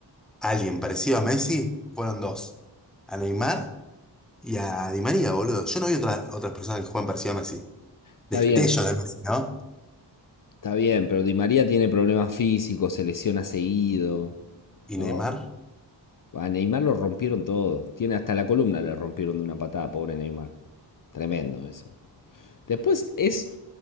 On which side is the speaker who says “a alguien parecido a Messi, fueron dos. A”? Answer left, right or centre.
Centre